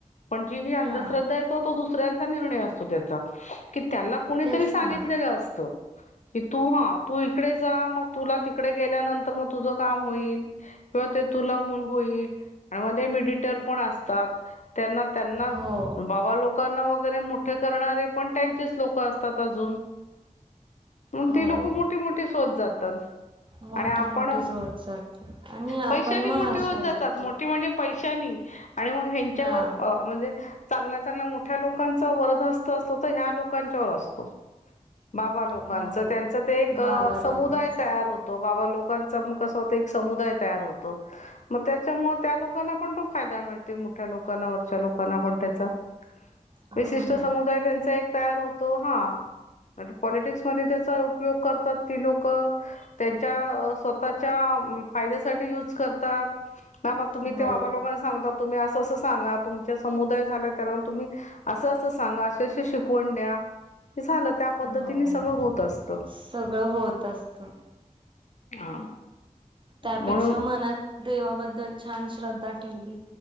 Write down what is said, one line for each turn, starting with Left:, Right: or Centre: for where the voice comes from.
Left: पण जी ही अंधश्रद्धा
Right: हा
Left: येतो तो दुसऱ्यांचा निर्णय असतो त्याचा की त्याला कोणीतरी
Right: तेच
Left: सांगितलेलं
Right: ना
Left: असत की तू हा तू तिकडे जा मग तुला तिकडे गेल्यानंतर म तुझं काम होईल. किंवा ते तुला मुलं होईल आणि मध्ये मिडिटर पण असतात. त्यांना त्यांना
Right: हो
Left: बाबा लोक लोकांना वगैरे मोठे करणारे पण त्यांचेच लोक असतात अजून. मगं
Right: हो
Left: ते लोक मोठीे मोठीच होत जातात.
Right: मोठी
Left: आणि आपण
Right: मोठीच होत जाते आणि आपण
Left: पैशानी
Right: मग
Left: मोठी
Right: असे
Left: होत जातात.
Right: राहतो
Left: मोठी म्हणजे पैशानी आणि मग हेंच्यावर
Right: हा
Left: अ म्हणजे चांगल्या चांगल्या मोठ्या लोकांचा वरदहस्त असतो तो ह्या लोकांच्यावर असतो. बाबा लोकांचं
Right: हो
Left: त्यांच ते एक
Right: बाबा
Left: समुदाय
Right: लोकांचा
Left: तयार होत. तो बाबा लोकांचा मग कसं होत एक समुदाय तयार होतो. मग त्याच्यामुळे त्या लोकांना पण तो फायदा मिळते मग मोठ्या लोकांना वरच्या लोकांना पण त्याचा
Right: हो
Left: विशिष्ट
Right: ना
Left: समुदाय त्यांचा एक तयार होतो हा पॉलिटिक्समध्ये त्याचा उपयोग करतात. ती लोक त्यांच्या अ स्वतःच्या फायद्यासाठी युज करतात. ना बा तुम्ही
Right: हो
Left: ते बाबालोकांना सांगता तुम्ही असं असं सांगा तुमच्या समुदाय झाला त्याना तुम्ही असं असं सांगा अशी शिकवण द्या. की झालं त्या पद्धतीने
Right: हो
Left: सगळं होत असतं.
Right: सगळं होत असत.
Left: हा.
Right: त्यापेक्षा
Left: म्हणून
Right: मनात देवाबद्दल छान श्रद्धा ठेवली